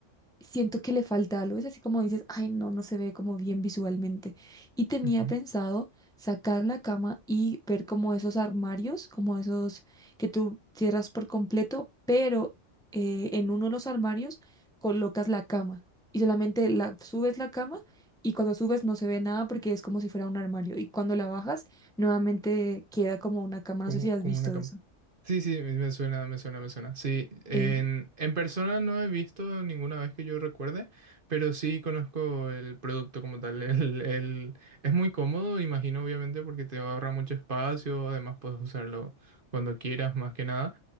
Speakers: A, in the centre; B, on the right.
A: siento que le falta algo. Es así como dices, ay, no, no se ve como bien visualmente. Y tenía
B: Ujú.
A: pensado sacar la cama y ver como esos armarios, como esos que tú cierras por completo, pero eh, en uno de los armarios colocas la cama y solamente la, subes la cama. Y cuando subes no se ve nada porque es como si fuera un armario. Y cuando la bajas, nuevamente queda como una cama.
B: Como,
A: No sé si has
B: como
A: visto
B: una cama.
A: eso.
B: Sí, sí, me me suena, me suena, me suena. Sí, en,
A: Eh,
B: en persona no he visto ninguna vez que yo recuerde, pero sí conozco el producto como tal. <laughs> El, el- es muy cómodo, imagino, obviamente, porque te ahorra mucho espacio, además puedes usarlo cuando quieras, más que nada.